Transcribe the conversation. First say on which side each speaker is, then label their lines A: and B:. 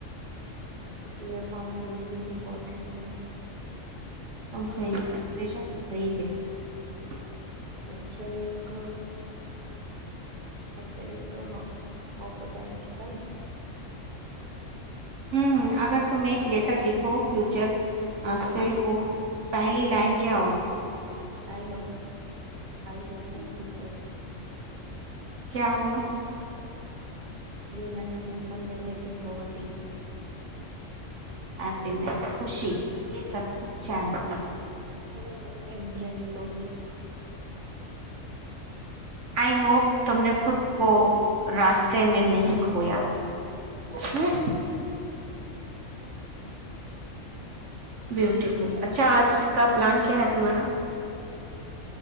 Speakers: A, on the right; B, on the right.
A: اس لئے باؤنڈریز امپورٹنس ہے
B: تم صحی ہمیشہ تم صحی کہتی ہو
A: اچھا ایک اچھا ایک اور پوٹینل شل
B: ہوں اگر تم ایک لیٹ ر لکھو فیوچر <inaudible> کو پہلی لائن کیا ہوگا
A: آئی ہوپ آئی ہوپ تم خوش تو
B: کیا ہوا
A: یہ لائن سمپل ہے لیکن بہت ڈیپ
B: ہیپس خوشی یہ سب کچھ چاہتی
A: خب نہیںائ شم کہ لیک ہوگی
B: آئی ہوپ تم نے خود کو راستے میں نہیں کھویا نہیں بیوٹیفل اچھا آج کا پلان کیا ہے تمہارا